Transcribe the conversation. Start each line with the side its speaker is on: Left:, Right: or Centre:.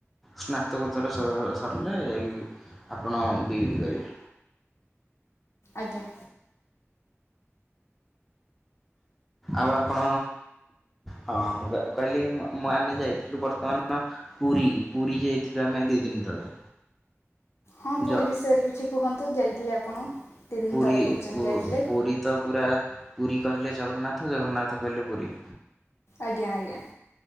Centre: ସ୍ନାତକୋତ୍ତର ସ ସରିଲେ ଯାଇ ଆପଣ ବି ଏଇଡ଼ି କରିବେ।
Left: ଆଜ୍ଞା।
Centre: ଆଉ ଆପଣ ହଁ ମୁଁ କ କହିଲି କି ମ ମ ଆମେ ଯାଇଥିଲୁ ବର୍ତ୍ତମାନ ପୁରୀ ପୁରୀ ଯାଇଥିଲୁ ଆମେ ଦିଇ ଦିନି ତଳେ।
Left: ହଁ ପୁରୀ
Centre: ଜ
Left: ବିଷୟରେ କିଛି କୁହନ୍ତୁ ଯାଇଥିଲେ ଆପଣ। ଦୁଇ ଦିନ
Centre: ପୁରୀ
Left: ତଳେ କହୁଛନ୍ତି
Centre: ପୁ
Left: ଯାଇଥିଲେ
Centre: ପୁରୀ ତ ପୁରା ପୁରୀ କହିଲେ ଜଗନ୍ନାଥ ଜଗନ୍ନାଥ କହିଲେ ପୁରୀ।
Left: ଆଜ୍ଞା ଆଜ୍ଞା।